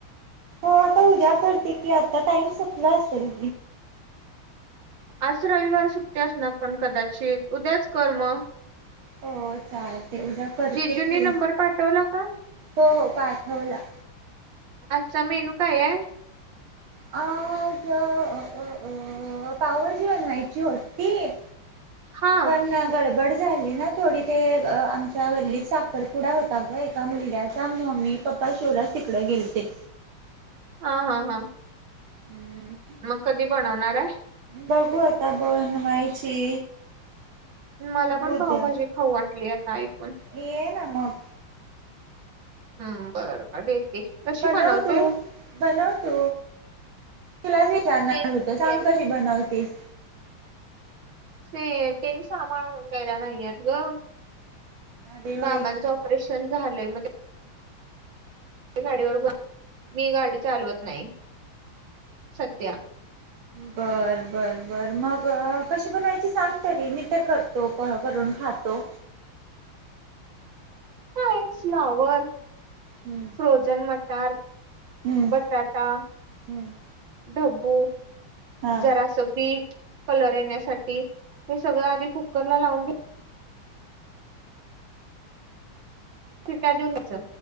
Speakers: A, on the right (about 85°); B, on the right (about 65°).
A: हो आता उद्या करते की आता टाइम सपला असत र
B: आज रविवार सुट्ट असणार पण कदाचित उद्याच कर म
A: हो चालते उद्या करते
B: जीजूनी
A: की
B: नंबर पाठवला का?
A: हो हो पाठवला
B: अच्ा मेनू काय आहे
A: आज अं अं अं पावभाजी बनवायची होती.
B: हा
A: पण गडबड झाली ना थोडी ते अ आमच्या गल्लीत साखरपुडा होता ग एका मुलग्याचा मम्मी पप काल शोलाच तिकडें गेलते.
B: हा हा हा
A: हम्म
B: मग कधी बनवणार हाय.
A: बघू आता बनवायची.
B: मला पण
A: उद्या
B: पावभाजी खाऊ वाटली आता ऐकून
A: ये ना मग
B: हम्म बरं बरं येते. कशी
A: बनव
B: बनवते
A: तू बनव तू तुलाच विचारणार
B: ते नाहीयेत
A: होते सांग क किती बनवतीस.
B: ते तेनी सामान आणून द्यायला नाहीयेत गं.
A: अरे होय
B: बाबांच
A: की.
B: ऑपरेशन झालंय म ते गाडीवर ब मी गाडी चालवत नाही सध्या
A: बर बर बर मग कशी बनवायची सांग तरी मी तर क तो क करून खातो.
B: काय हे फ्लावर
A: हम्म
B: फ्रोजन मटार,
A: हम्म.
B: बटाटा,
A: हम्म.
B: ढब्बू
A: हा.
B: जरासं बीट कलर येण्यासाठी हे सगळं आधी कुकर ला लावून घे. शिट्ट्या देऊन च